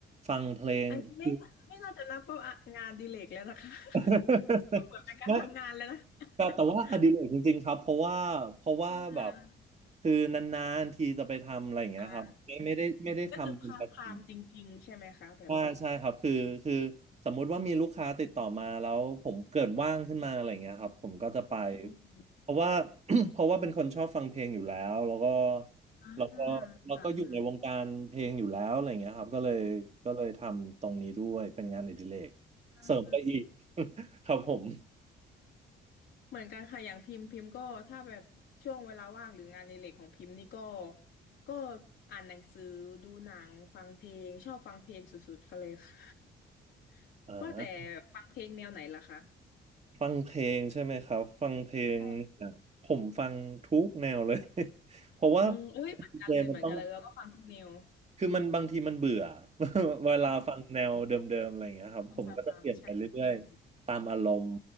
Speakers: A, on the right; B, on the left.
A: ฟังเพลงคือ
B: อันนี้ไม่ไม่น่าจะนับว่างานอดิเลกแล้วนะคะ <laughs>
A: <laughs>
B: ดูเหิดนเป็นการทำงานแล้วนะ
A: ไม่ แต่แต่ว่าอดิเรกจริงๆครับเพราะว่าเพราะว่าแบบ
B: ะอ่า
A: คือนานๆทีจะไปทำอะไรอย่างเงี้ยครับไม่ไม่ได้ไม่ได้ทำเป็นประจำ
B: อ่าก็คือพาร์ทไทม์จริงๆใช่ไหมคะแบบ
A: ใช่าใช่ครับคือคือสมมุติว่ามีลูกค้าติดต่อมาแล้วผมเกิดว่างขึ้นมาอะไรอย่างเงี้ยครับผมก็จะไป
B: อืม
A: เพราะว่า <clears throat> เพราะว่าเป็นคนชอบฟังเพลงอยู่แล้วแล้วก็
B: อ่า
A: แล้วก็แล้วก็อยู่ในวงการเพลงอยู่แล้วอะไรอย่างเงี้ยครับก็เลยก็เลยทำตรงนี้ด้วยเป็นงานอดิเรก
B: ค่ะค่ะอ่า
A: เสริมไปอีก <laughs> ครับผม
B: เหมือนกันค่ะอย่างพิมพ์พิมพ์ก็ถ้าแบบช่วงเวลาว่างหรืองานในเหล็กของพิมพ์นี่ก็ก็อ่านหนังสือดูหนังฟังเพลงชอบฟังเพลงสุดๆเขาเลยค่ะ <laughs>
A: อ่า
B: ว่าแต่ฟังเพลงแนวไหนล่ะคะ
A: ฟังเพลงใช่ไหมครับฟังเพลงเนี่ยผมฟังทุกแนวเลย
B: ใช่
A: <laughs> เพราะว่า
B: อืมเอ้ยเหมือนกันเลยเหมือนกันเลยแล้วก็ฟังทุกแนว
A: ดีเจมันต้อง คือมันบางทีมันเบื่อ <laughs> เวลาฟังแนวเดิมๆอะไรอย่างเงี้ยครับผมก็จะเปลี่ยนไปเรื่อยๆตามอารมณ์
B: อืมซ้ำซ้ำๆๆใช่ใช่ใช่